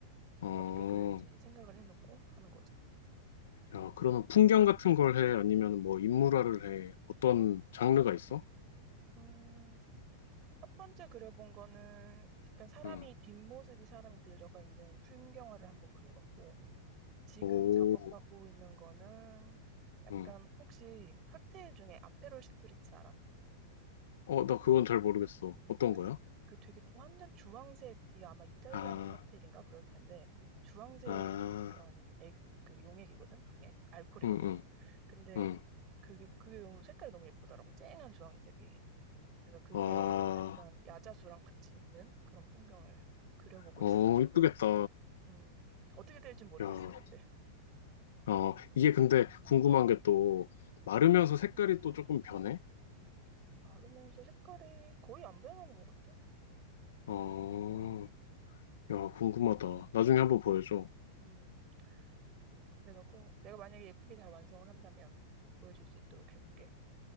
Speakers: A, on the left; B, on the right.
A: 어.
B: 어떻게 그릴지 이제 생각을 해놓고 하는 거지.
A: 야, 그러면 풍경 같은 걸 해? 아니면 뭐 인물화를 해? 어떤 장르가 있어?
B: 음, 첫 번째 그려본 거는 약간 사람이
A: 응.
B: 뒷모습이 사람이 들어가 있는 풍경화를 한번 그려봤고 지금
A: 오,
B: 작업하고 있는 거는 약간
A: 응.
B: 혹시 칵테일 중에 아페롤 스프리츠 알아?
A: 어, 나 그건 잘 모르겠어. 어떤
B: 그,
A: 거야?
B: 그 되게 완전 주황색이 아마 이탈리안
A: 아,
B: 칵테일인가 그럴 텐데 주황색
A: 아,
B: 그런 액, 그 용액이거든 용액 알코올이거든
A: 응, 응,
B: 근데
A: 응.
B: 그게 그게 너무 색깔이 너무 예쁘더라고 쨍한 주황색이 그래서 그게
A: 와,
B: 약간 야자수랑 같이 있는 그런 풍경을 그려보고
A: 어,
B: 있어
A: 이쁘겠다.
B: 음 어떻게 될지 모르겠어
A: 야,
B: 근데
A: 어, 이게 근데 궁금한 게 또, 마르면서 색깔이 또 조금 변해?
B: 마르면서 색깔이 거의 안 변하는 것 같아
A: 어, 야, 궁금하다. 나중에 한번 보여줘.
B: 음 그- 그- 내가 꼭 내가 만약에 예쁘게 잘 완성을 한다면 보여줄 수 있도록 해볼게